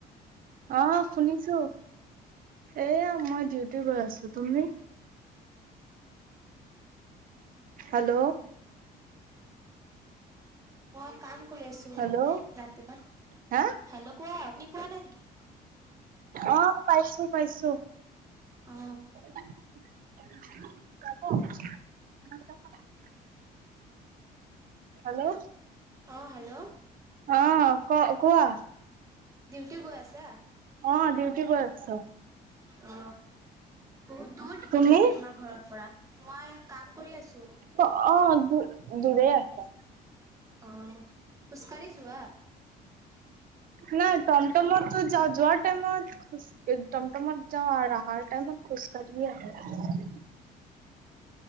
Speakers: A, on the right; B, on the right.
A: অ। শুনিছো এয়া মই ডিউটি গৈ আছো তুমি। হেল্ল'।
B: মই কাম কৰি আছো
A: হেল্ল'
B: ৰাতিপাত
A: হা
B: হেল্ল' কোৱা আপুনি পোৱা নাই নেক।
A: অ পাইছো পাইছো।
B: অ।
A: <unintelligible> হেল্ল।
B: অ হেল্ল'।
A: অ ক কোৱা।
B: ডিউটি গৈ আছা।
A: অ ডিউটি গৈ আছো
B: অ বহুত দূৰ নেকি
A: তুমি?
B: ডেউটি তোমাৰ। ঘৰৰ পৰা মই কাম কৰি আছো।
A: অ' অঁ দুৰেই আছে।
B: অঁ খোজকাঢ়ি যোৱা?
A: নাই তটমটমতো যাওঁ যোৱাৰ টাইমত খোজ টমটমত যাওঁ আৰ আহাৰ টাইমত খোজকাঢ়িয়েই আঁহো।